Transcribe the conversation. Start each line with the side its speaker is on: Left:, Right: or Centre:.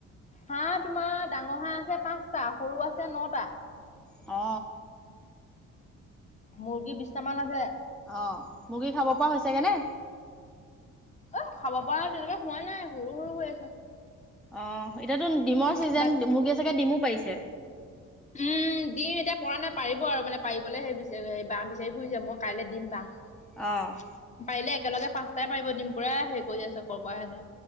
Left: হা তোমাৰ ডা- ঙ হা আছে পাঁচটা সৰু আছে নটা।
Centre: অ।
Left: মুৰ্গী বিশটা মান আছে।
Centre: অ মুৰ্গী খাব পৰা হৈছেগে নে।
Left: অ খাব পৰা তেনেকে হোৱা নাই সৰু সৰু হৈ আছে।
Centre: অ এতিয়াতো ডিমৰ ছিজন
Left: বাট
Centre: মুৰ্গী চাগে ডিমো পাৰিছে।
Left: উম দিম এতিয়া পৰা নাই পাৰিব আৰু মানে পাৰিবলৈ সেই বি বাহ বিচাৰি ফুৰিছে মই কাইলৈ দিম বাহ।
Centre: অ'।
Left: পাৰিলে একেলগে পাঁচটাই পাৰিব দিম পুৰা হেৰি কৰি আছে ককাই আছে।